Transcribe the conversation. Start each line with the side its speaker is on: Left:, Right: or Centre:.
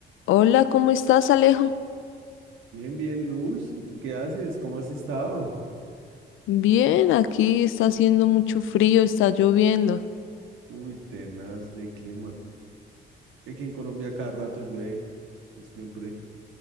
Left: Hola, ¿cómo estás, Alejo?
Right: Bien, bien, Luz. ¿Y tú qué haces? ¿Cómo has estado?
Left: Bien, aquí está haciendo mucho frío, está lloviendo.
Right: Uy, tenaz de clima. Aquí en Colombia cada rato llueve, pues siempre